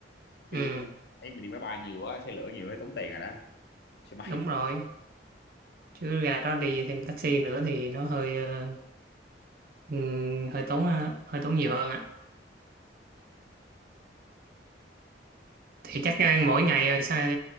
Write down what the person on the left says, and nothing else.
chứ
thấy mình đi máy bay nhiều quá xe lửa nhiều thấy tốn tiền rồi đó xe máy